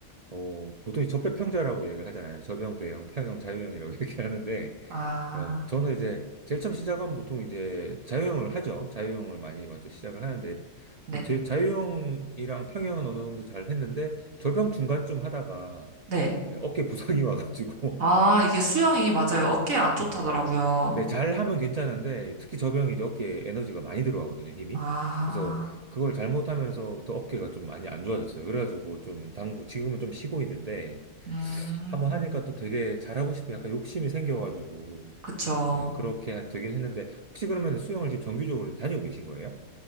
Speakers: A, on the right; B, on the right.
A: 어, 보통 이 접배평자라고 얘기를 하잖아요. 접영, 배영, 평영, 자유형이라고 <laughs> 얘기를 하는데,
B: 아,
A: 예, 저는 이제 제일 처음 시작하면 보통 이제 자유형을 하죠. 자유형을 많이 먼저 시작을 하는데
B: 네.
A: 제 자유형이랑 평형은 어느 정도 잘 했는데 절병 중간쯤 하다가
B: 네.
A: 예, 어깨 부상이 <laughs> 와가지고
B: 아, 이게 수영이 맞아요. 어깨에 안 좋다더라고요.
A: 네, 잘 하면 괜찮은데 특히 저병이 이제 어깨에 에너지가 많이 들어가거든요, 힘이.
B: 아,
A: 그래서 그걸 잘못하면서부터 어깨가 좀 많이 안 좋아졌어요. 그래가지고 좀 당구 지금은 좀 쉬고 있는데
B: 음,
A: 한번 하니까 또 되게 잘하고 싶은 약간 욕심이 생겨가지고
B: 그쵸.
A: 음, 그렇게 되긴 했는데 혹시 그러면 수영을 지금 정기적으로 다니고 계신 거예요?